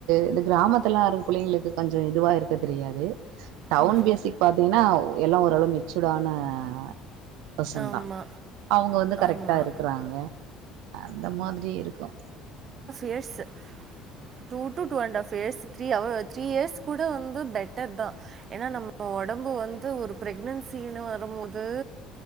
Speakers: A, on the right; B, on the right.
A: இந்த கிராமத் துல எல்லாம் இருக்குற பிள்ளைங்களுக்கு கொஞ்சம் இதுவா இருக்க தெரியாது டவுன்
B: ம்.
A: பேஸிக் பாத்தீங்கன்னா எல்லாம் ஓரளவு மெச்சுடான அஹ் பசன்
B: ஆமா.
A: தான் அவுங்க வந்து கரெக்ட்டா
B: ஆமா.
A: இருக்குறாங்க அந்த மாதிரி இருக்கும்
B: years two two two and half years three அவ த்ரீ இயர்ஸ் கூட வந்து பெட்டர் தான் ஏன்னா நம்ம உடம்பு வந்து ஒரு ப்ரெக்னன்சினு வரும் போது